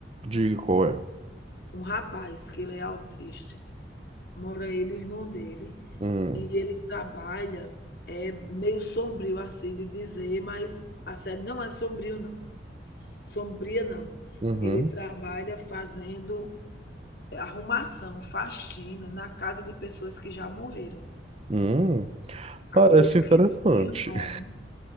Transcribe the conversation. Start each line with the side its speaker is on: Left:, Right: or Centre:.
Right: Diga qual é.
Left: Um rapaz que ele é autista, mora ele e o irmão dele,
Right: Hum.
Left: e ele trabalha, é meio sombrio assim de dizer, mas a série não é sombrio não, sombria não.
Right: Uhum.
Left: Ele trabalha fazendo arrumação, faxina na casa de pessoas que já morreram.
Right: Hum.
Left: Agora
Right: Parece
Left: eu esqueci
Right: interessante.
Left: o nome
Right: <laughs>